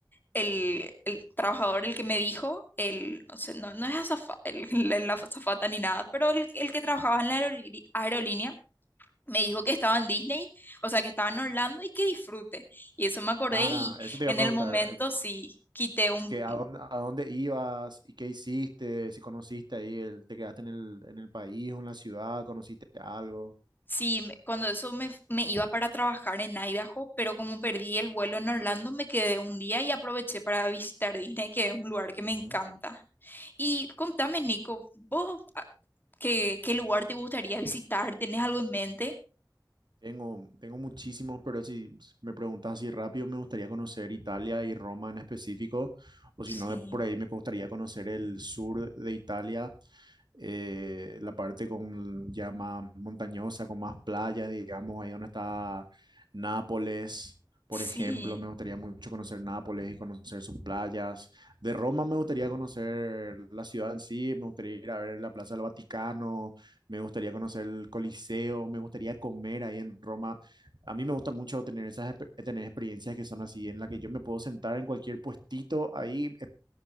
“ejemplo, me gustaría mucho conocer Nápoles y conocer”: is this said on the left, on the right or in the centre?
Right